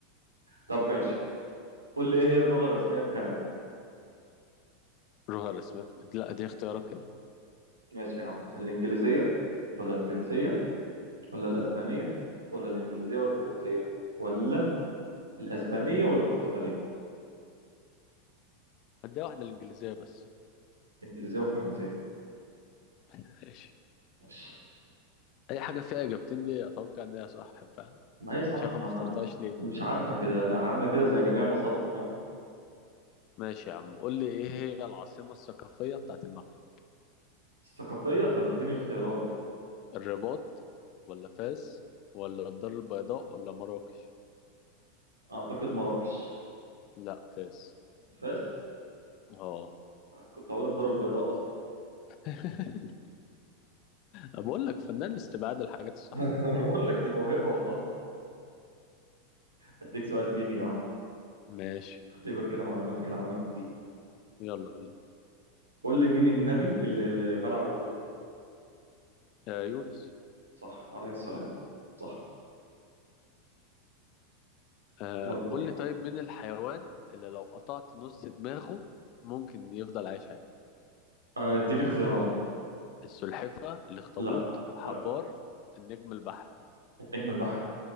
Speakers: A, on the right (about 85°); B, on the left (about 45°).
A: طب ماشي قول لي ايه هي اللغة الرسمية في كندا
B: جوهر اسمها لا دي اختيارات كده
A: ماشي يا عم الانجليزية ولا الفرنسية ولا الاسبانية ولا الانجليزية والفرنسية ولا الاسبانية والبرتغالية
B: هديها واحده الانجليزيه بس
A: انجليزية وفرنسية
B: ماشي
A: ماشي
B: اي حاجه فيها اجابتين دي اتوقع ان هي صح فاهم
A: ما هي صح
B: شايفه
A: ما
B: ما اخترتهاش
A: انا
B: ليه
A: مش عارفة كده ده عاملة كده زي جميع مصابك فاهم
B: ماشي يا عم قول لي ايه هي العاصمه الثقافيه بتاعت المغرب
A: الثقافية طب اديني اختيارات
B: الرباط ولا فاس ولا الدار البيضاء ولا مراكش
A: اعتقد مراكش
B: لا فاس
A: فاس
B: اه
A: كنت اقول الدار البيضاء اصلا
B: <laughs> بقول لك فنان استبعاد الحاجات الصح
A: <laughs> انا بقول لك دي موهبة والله اديك سؤال ديني يا عم
B: ماشي
A: اختبر كده معلوماتك العامة في الدين
B: يلا بينا
A: قول لي مين النبي اللي بلعه الحوت
B: يا يونس
A: صح عليه السلام صح
B: آه
A: يلا
B: قول
A: دور
B: لي طيب مين الحيوان اللي لو قطعت نص دماغه ممكن يفضل عايش عادي
A: آه، اديني اختيارات
B: السلحفة الاخطبوط
A: لا
B: الحبار
A: لا
B: النجم البحري
A: النجم البحري